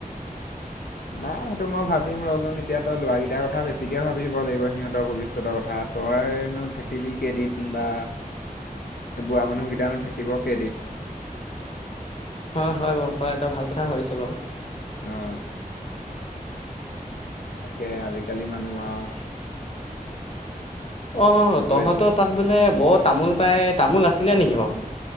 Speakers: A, on the left; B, on the left.
A: নাই সেইটো মই ভাবিম ৰজোন এতিয়া তই লৰাৰাকেইটাৰ কথা বেছিকে ভাবিব লাগিব সিহঁতৰ ভৱিষ্যতৰ কথা তইনো থাকিবি কেইদিন বা বোৱা মানুহকেইটানো থাকিব কেইদিন
B: হয় হয় বাৰু হয় এটা ভাল কথা ভাবিছো বাৰু
A: আহ তাকে আজিকালি মানুহ আৰু
B: অ
A: তোৰ
B: তহঁতৰ
A: এইটো
B: তাত বোলে বৰ তামোল পাই তামোল আছিলে নেকি বাৰু